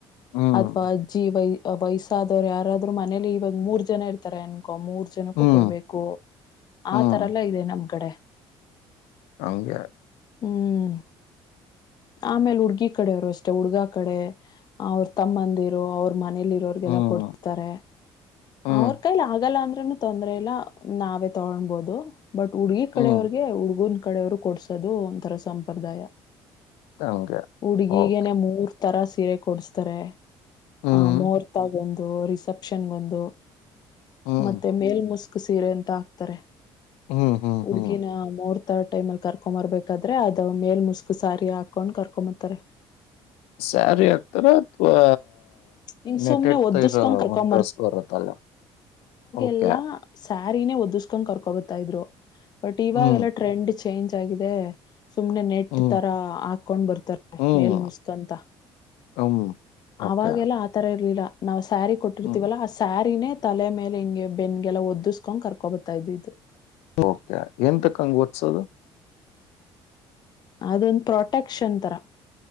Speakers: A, on the left; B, on the left.
A: ಹ್ಮ್
B: ಅಥವಾ ಅಜ್ಜೀ ವೈ ವಯಸ್ಸಾದವರು ಯಾರಾದ್ರು ಮನೇಲಿ ಇವಾಗ ಮೂರ್ ಜನ ಇರ್ತಾರೆ ಅನ್ಕೋ ಮೂರ್
A: ಹ್ಮ್
B: ಕೊಡ್ಬೇಕು
A: ಹ್ಮ್
B: ಆ ತರ ಎಲ್ಲ ಇದೆ ನಮ್ ಕಡೆ
A: ಹಂಗೆ
B: ಹ್ಮ್ ಆಮೇಲೆ ಹುಡ್ಗಿ ಕಡೆ ಅವರು ಅಷ್ಟೆ ಹುಡುಗಾ ಕಡೆ ಅವ್ರ ತಮ್ಮಂದಿರು ಅವ್ರ ಮನೇಲಿ ಇರೋಗೆಲ್ಲ
A: ಹ್ಮ್
B: ಕೊಡತಾರೆ
A: ಹ್ಮ್
B: ಅವ್ರ ಕೈಲಿ ಆಗಲ್ಲ ಅಂದ್ರ ತೊಂದ್ರೆ ಇಲ್ಲ ನಾವೇ ತಗೊೊಂಡಬೋದು ಬಟ್ ಹುಡ್ಗಿ
A: ಹ್ಮ್
B: ಕಡೆಯವ್ರಿಗೆ ಹುಡ್ಗುನ್ ಕಡೆಯವರು ಕೊಡ್ಸದು ಒಂಥರ ಸಂಪ್ರದಾಯ
A: ಹಂಗೆ
B: ಹುಡುಗೀಗೆನೆ
A: ಓಕೆ
B: ಮೂರ್ ತರ ಸಿೀರೆ ಕೊಡ್ಸ್ತಾರೆ
A: ಹ್ಮ್
B: ಹ ಮುಹೂರ್ತ ಆಗಂದು ರಿಸೆಪ್ಷನ್ ಒಂದು
A: ಹ್ಮ್
B: ಮತ್ತೆ ಮೇಲ್ ಮುಸ್ಕ್ ಸೀರೆ ಅಂತ ಹಾಕ್ತಾರೆ
A: ಹ್ಮ್ ಹ್ಮ್
B: ಹುಡುಗಿನ
A: ಹ್ಮ್
B: ಮರ್ತ ಟಮಲ್ಕ ಕರ್ಕೋ ಬರಬೇಕಾದರೆ ಅದ ಮೇಲ್ ಮುಸ್ಕ ಸಾರಿ ಹಾಕೊಂಡ್ ಕರ್ಕೊಂಬತಾರೆ
A: ಸ್ಯಾರಿ ಆಗ್ತಾರ ಅಥವಾ
B: ಹಿಂಗ್
A: ನೆಟೆ
B: ಸುಮ್ನೆ ಒದಸ್ಕೊಂಡ್
A: ಇರ
B: ಕರ್ಕೊಂಡ್
A: ಒಸ್ ಬರುತ್ತಲ್ಲ ಓಕೆ
B: ಎಲ್ಲ ಸ್ಯಾರಿನೇ ಒದಿಸ್ಕೊಂಡ್ ಕರ್ಕೊಬತಾ ಇದ್ರು ಬಟ್ ಇವಾಗೆಲ್ಲ
A: ಹ್ಮ್
B: ಟ್ರೆಂಡ್ ಚೇಂಜ್ ಆಗಿದೆ ಸುಮ್ನೆ ನೆಟ್
A: ಹ್ಮ್
B: ತರ ಹಾಕೊಂಡ್ ಬರ್ತಾರೆ
A: ಹ್ಮ್
B: ಮೇಲ್ ಮುಸ್ಕಂತ
A: ಹ್ಮ್ ಓಕೆ
B: ಆವಾಗೆಲ್ಲ ಆತರ ಇರ್ಲಿಲ್ಲ ನಮಸ್ತೆ ಸ್ಯಾರಿ ಕೊಟ್ಟಿರ್ತಿೀವಲ್ಲಾ
A: ಹ್ಮ್
B: ಆ ಸ್ಯಾರಿನೇ ತಲೆ ಮೇಲೆ ಹಿಂಗೆ ಬೆನ್ಗೆಲ್ಲ ಒದ್ದಿಸ್ಕೊಂಡ್ ಕರ್ಕೊೋಗತ್ತಾ ಇದ್ ಇದು
A: <unintelligible> ಎನ್ತಕ್ಕಂಗೆ ಓದಸೋದು?
B: ಅದೊಂದು ಪ್ರೊಟೆಕ್ಷನ್ ತರ.